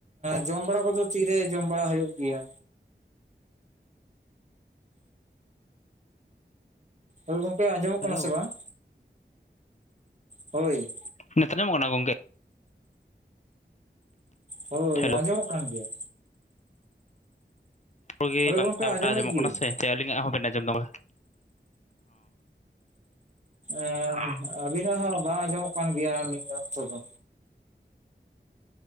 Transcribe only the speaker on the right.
ᱡᱚᱢ ᱮᱸ ᱵᱟᱲᱟ ᱠᱚᱫᱚ ᱛᱤᱨᱮ ᱡᱚᱢ ᱵᱟᱲᱟ ᱦᱩᱭᱩᱜ ᱜᱮᱭᱟ? ᱦᱳᱭ ᱜᱚᱝᱠᱮ ᱟᱸᱡᱚᱢᱚᱜ
ᱠᱟᱱᱟ ᱥᱮ ᱵᱟᱝ? ᱦᱳᱭ
ᱦᱳᱭ
ᱟᱸᱡᱚᱢᱚᱜ ᱠᱟᱱ ᱜᱮᱭᱟ᱾
ᱦᱳᱭ
ᱜᱚᱝᱠᱮ ᱟᱸᱡᱚᱢᱮᱫ
ᱜᱤᱭᱟᱹᱧ
ᱮᱸ ᱟᱹᱵᱤᱱᱟᱜ ᱦᱚᱸ ᱵᱟᱝ ᱟᱸᱡᱚᱢᱚᱜ ᱠᱟᱱ ᱜᱮᱭᱟ ᱢᱤᱫ ᱚᱠᱛᱚ ᱫᱚ᱾